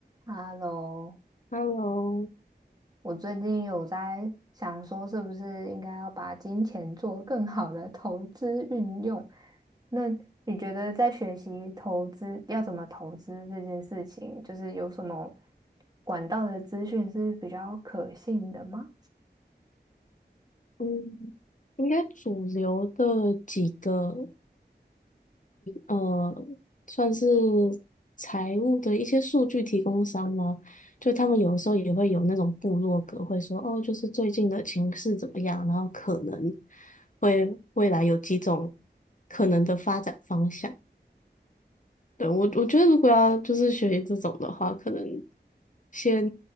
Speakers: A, on the right (about 20°); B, on the left (about 45°).
A: Hello，
B: Hello，
A: 我最近有在想说，是不是应该要把金钱做更好的投资运用？那你觉得在学习投资要怎么投资这件事情，就是有什么管道的资讯是比较可信的吗？
B: 嗯，应该主流的几个呃，算是财务的一些数据提供商吗？就他们有的时候也会有那种部落格，会说哦，就是最近的情势怎么样，然后可能会未来有几种可能的发展方向。对，我我觉得如果要就是学习这种的话，可能先